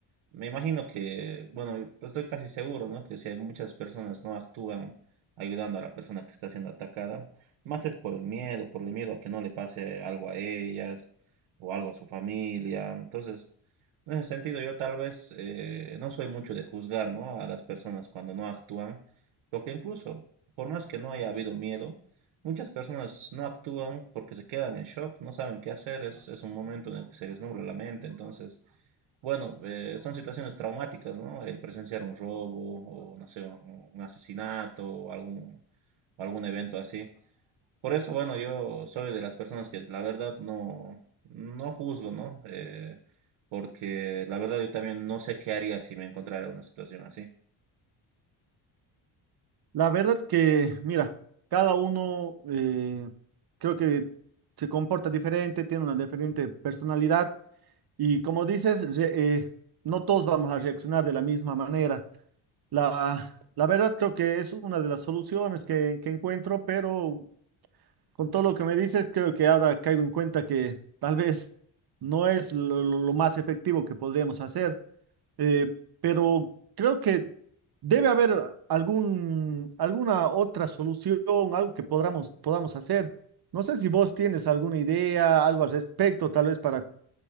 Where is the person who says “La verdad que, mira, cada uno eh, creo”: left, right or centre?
Right